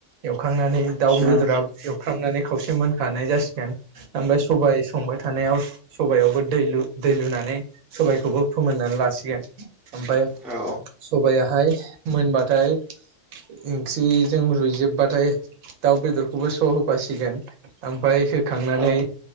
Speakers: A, on the right; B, in the centre.
A: एवखांनानै
B: आदसा
A: दाउम बेदरा एवखांनानै खावसे मोनखानाय जास्ट ओमफ्राय सबाय संबाय थानायाव सबायावबो दै लु दै लुनानै सबायखौबो फोमोननानै लासिगोन। ओमफाय
B: औ
A: सबायाहाय मोनबाथाय ओंख्रिजों रुजोबबाथाय दाउ बेदरखौबो स' होफासिगोन ओमफ्राय खांनानै
B: औ